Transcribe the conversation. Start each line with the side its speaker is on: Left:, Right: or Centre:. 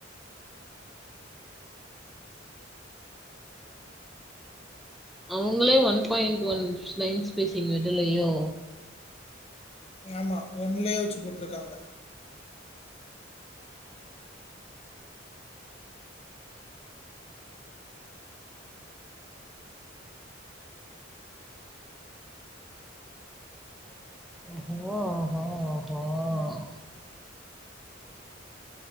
Centre: அவங்களே one point one line spacing விடலயோ
Left: ஆமா ஒன்லேயே வச்சு போட்டுருக்காங்க
Centre: ஓஹோ ஓஹோ ஓஹோ!